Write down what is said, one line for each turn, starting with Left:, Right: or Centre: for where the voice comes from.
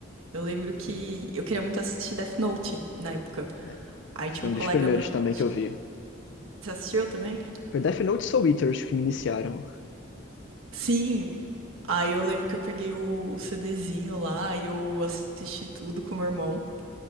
Right: Eu lembro que eu queria muito assistir Death Note na época.
Left: é,
Right: Aí
Left: foi
Right: tinha um
Left: um
Right: colega
Left: dos primeiros
Right: meu que
Left: também que eu vi.
Right: você assistiu também?
Left: Foi Death Note e Soul Eater os que me iniciaram.
Right: Sim. Aí eu lembro que eu peguei o CDzinho lá e eu assisti tudo com meu irmão.